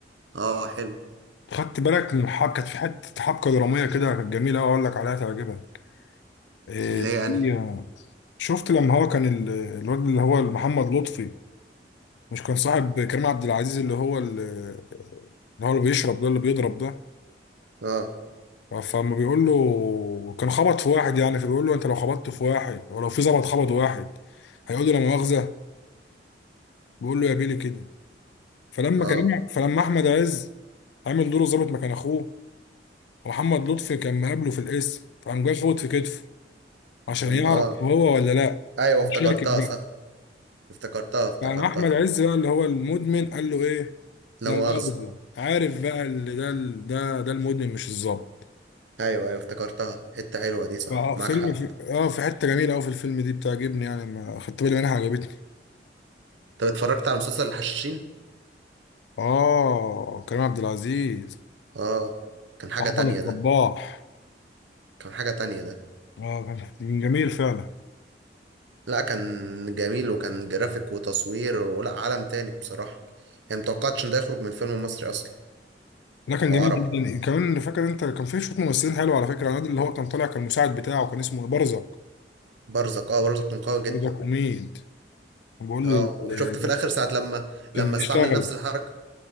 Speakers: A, on the right; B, on the left.
A: اه حلو
B: خدت بالك من الحبكه كانت في حته حبكه دراميه كده كانت جميله قوي اقول لك عليها تعجبك إيه
A: اللي هي انهي
B: هي- شفت لما هو كان ال- الواد اللي هو محمد لطفي مش كان صاحب كريم عبد العزيز اللي هو ال- اللي هو اللي بيشرب ده اللي بيضرب ده
A: اه
B: فما بيقول له كان خبط في واحد يعني فبيقول له انت لو خبطت في واحد ولو في ظبط خبط واحد هيقول له لا مؤاخذة بيقول له يا بيلي كده فلما
A: اه
B: كريم فلما احمد عز عامل دوره ظابط مكان اخوه ومحمد لطفي كان مقابله في القسم فقام جاي فوت في كتفه عشان
A: لما
B: يعرف
A: اه
B: هو ولا لا
A: ايوه
B: مش
A: افتكرتها
B: شاكك بقى
A: صح افتكرتها افتكرتها
B: فقام احمد عز بقى اللي هو المدمن قال له ايه
A: لا
B: لا
A: مؤاخذة
B: مؤاخذة يعني عارف بقى اللي ده ده ده المدمن مش الظابط
A: ايوه ايوه افتكرتها حتة حلوة دي صح
B: اه
A: معاك
B: فيلم
A: حق
B: في... اه في حته جميله قوي في الفيلم دي بتعجبني يعني ما خدت بالي منها عجبتني
A: طب اتفرجت على مسلسل الحشاشين
B: اه كريم عبد العزيز
A: اه كان حاجة
B: احمد
A: تانية
B: الصباح
A: ده كان حاجة تانية ده
B: اه كان جميل فعلا
A: لا كان جميل وكان جرافيك وتصوير ولا عالم تاني بصراحة يعني متوقعتش ان ده يخرج من فيلم مصري اصلا
B: ده كان
A: او
B: جميل
A: عربي
B: جدا كمان فاكر انت كان في شويه ممثلين حلو على فكره الواد اللي هو كان طالع كان المساعد بتاعه كان اسمه برزق
A: برزق اه برزق كان قوي جدا
B: برزق اميد كان بقول
A: اه
B: له ال-
A: وشفت في
B: كان
A: الاخر ساعة لما
B: كان
A: لما
B: بيشتغل
A: استعمل نفس الحركة